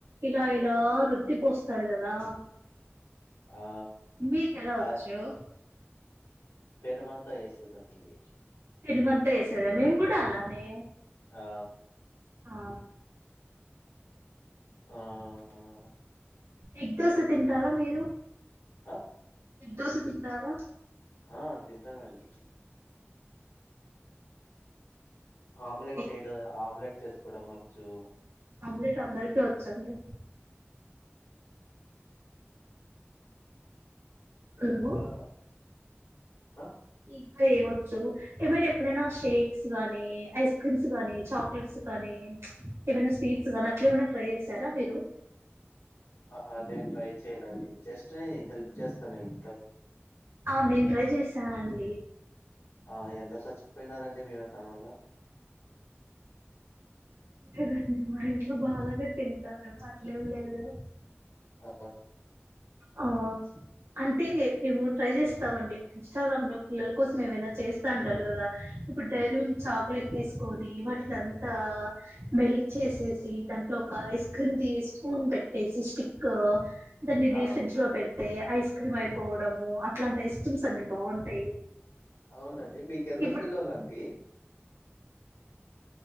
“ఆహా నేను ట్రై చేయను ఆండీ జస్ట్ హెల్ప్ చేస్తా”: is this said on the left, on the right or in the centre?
Left